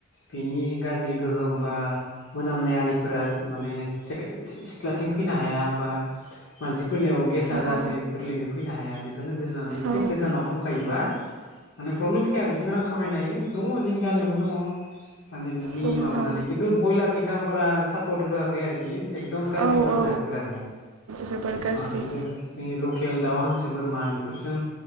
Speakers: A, on the left; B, on the right.
A: बिनि गाज्रि गोहोम बा मोनामनाय आरिफोरा माने सेकेल सिथ्लाथिं फैनो हाया बा मान फोरनियाव गेसा जाहाथे
B: औ
A: गोरलैनो फैनो हाया बेखौ नोजोर होनानै एसे
B: औ
A: गोजानाव खामखायोबा माने प्रब्लेम गैया बेजोंनो रां खामायनो हायो दङ जोंनि गामियावबो दङ माने बिदि
B: बहुद
A: माबानानै
B: औ
A: किन्थु ब्रयलारनिखौ आं बारा सापर्ट होआखै आरोखि एकदम गाज्रिबो
B: औ
A: नामथारो
B: औ
A: बयलारनिया
B: जोबोर गाज्रि
A: किन्थु जोंनि लकेल दाउ हांसो गोसो बोरमा बेफोरजों